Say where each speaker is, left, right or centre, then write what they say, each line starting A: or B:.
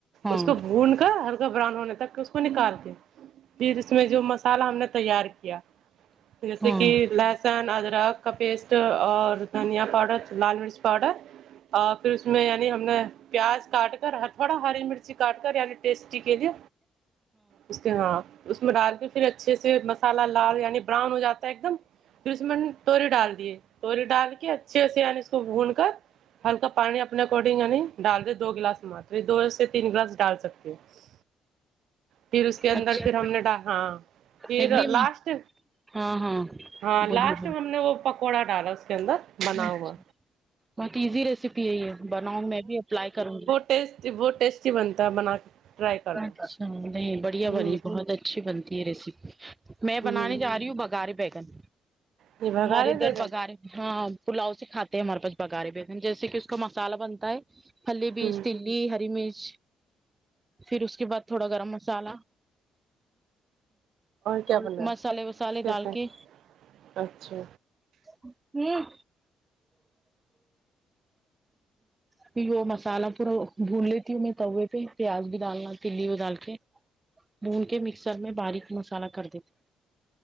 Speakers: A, on the right; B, on the right.
A: ہاں
B: اس کو بھون کر ہلکا براؤن ہونا تک اس کو نکال کے پھر اس میں جو مسالہ ہم نے تیار کیا جیسے
A: ہاں ہاں
B: کہ لہسن ادرک کا پیسٹ اور دھنیا پاؤڈر لال مرچ پاؤڈر اور پھر اس میں یعنی ہم نے پیاز کاٹے کر تھوڑا ہری مرچی کاٹ کر یعنی ٹیسٹی کے لیے اس کے ہاں اس میں ڈال کے پھر اچھے سے مسالہ لال یعنی براؤن ہو جاتا ہے ایک دم پھر اس میں توری ڈال دیے توری ڈال کے اچھے سے یعنی اس کو بھون کر ہلکا پانی اپنے اکارڈنگ یعنی ڈال دیں دو گلاس ماترا یہ دو سے تین گلاس ڈال سکتے ہے پھر اس کے اندر
A: اچھا
B: پھر ہم نے ڈ ہاں پھر
A: ایک دم
B: لاسٹ
A: ہاں ہاں
B: ہاں لاسٹ
A: بولیے
B: ہم نے وہ پکوڑا ڈالا اس کے اندر بنا
A: اچھا
B: ہوا
A: بہت ایزی ریسیپی ہے یہ بناؤں میں بھی اپلائی کروں گی
B: ٹیسٹی بہت ٹیسٹی بنتا ہے بنا کے ٹرائی کرنا
A: اچھا نہیں بڑھیا
B: ہوں
A: بنی بہت اچھی بنتی ہے ریسیپی میں
B: ہوں
A: بنانے جا رہی ہوں بگارے بیگن
B: یہ بگاڑے
A: ہمارے ادھر
B: بیگن
A: بگارے ہاں پلاؤ سے کھاتے ہیں ہمارے پاس بگارے بیگن جیسے کہ اس کا مسالہ بنتا ہے پھلی بھی
B: ہوں
A: تیل لی ہری مرچ پھر اس کے بعد تھوڑا گرم مسالہ
B: کیا
A: اور
B: بنا
A: مسالے
B: ہے
A: وسالے
B: کیسے
A: ڈال کے
B: اچھا
A: ہوں پھر وہ مسالہ پورا بھون لیتی ہوں میں توے پہ پیاز بھی ڈالنا تلی وہ ڈال کے بھون کے مکسر میں باریک مسالہ کر دیتے